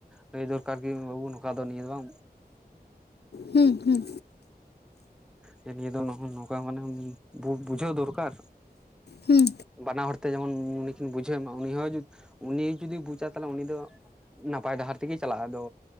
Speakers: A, in the centre; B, on the left.
A: ᱞᱟᱹᱭ ᱫᱚᱨᱠᱟᱨ ᱠᱤ ᱵᱟᱹᱵᱩ ᱱᱚᱝᱠᱟ ᱫᱚ ᱱᱤᱭᱟᱹ ᱫᱚ ᱵᱟᱝ᱾
B: ᱦᱩᱸ ᱦᱩᱸ᱾
A: ᱡᱮ ᱱᱤᱭᱟᱹ ᱫᱚ ᱱᱚᱦᱚ ᱱᱚᱝᱠᱟ ᱢᱟᱱᱮ ᱩᱸ ᱵᱩ ᱵᱩᱡᱷᱟᱹᱣ ᱫᱚᱨᱠᱟᱨ᱾
B: ᱦᱩᱸ᱾
A: ᱵᱟᱱᱟᱦᱚᱲ ᱛᱮ ᱡᱮᱢᱚᱱ ᱩᱱᱤᱠᱤᱱ ᱵᱩᱡᱷᱟᱹᱣᱮ ᱢᱟ ᱩᱱᱤ ᱦᱚᱸ ᱡᱩ ᱩᱱᱤ ᱡᱩᱫᱤ ᱵᱩᱪᱟ ᱛᱟᱞᱦᱮ ᱩᱱᱤ ᱫᱚ ᱱᱟᱯ ᱯᱟᱭ ᱰᱟᱦᱟᱨ ᱛᱮᱜᱮ ᱪᱟᱞᱟᱜᱼᱟ, ᱟᱫᱚ